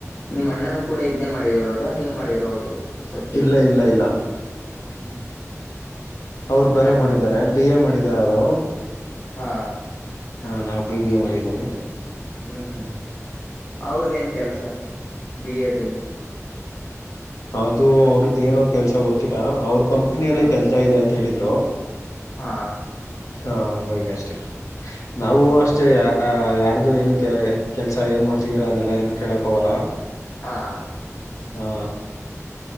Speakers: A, on the left; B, on the left.
A: ನಿಮ್ ಅಣ್ಣನು ಕೂಡ ಇದ್ನೇ ಮಾಡಿರೋದ ನೀವ್ ಮಾಡಿರೋದು ಸಬ್ಜೆಕ್ಟ್
B: ಇಲ್ಲ ಇಲ್ಲ ಇಲ್ಲ
A: ಹ್ಮ್
B: ಅವ್ರು ಬರೆ ಮಾಡಿದಿದ್ದಾರೆ
A: ಹ್ಮ್
B: ಬಿ ಎ ಮಾಡಿದಾರ ಅವರು
A: ಹಾ
B: ಹಾಂ ನಾವು ಬಿ ಬಿ ಎ ಮಾಡಿದ್ದೇವಿ
A: ಹ್ಮ್ ಹ್ಮ್ ಅವ್ರದ ಏನ್ ಕೆಲ್ಸ ಬಿಗದಲ್ಲಿ
B: ಅದು ಅವ್ರದ್ದು ೇನೋ ಕೆಲಸ ಗೊತ್ತಿಲ್ಲ ಅವ್ರ ಕಂಪ್ನಿಯಲ್ಲಿ
A: ಹಾ
B: ಕೆಲಸ ಇದೆ ಅಂತ ಹೇಳಿದರು
A: ಹಾ
B: ಹಾ ಹಂಗೋಗ ಅಷ್ಟೇ ನಾವು
A: ಓಹೋ
B: ಅಷ್ಟೇ ಯ ಯಾರ್ದು ಏನು ಕೆ ಕೆಲಸ ಏನು ಮಾಡ್ತೀರೋ ಅದೆಲ್ಲ ಏನನು ಕೇಳೋಕ್ಕ ಅವವಲ್ಲ
A: ಹಾ
B: ಹಾ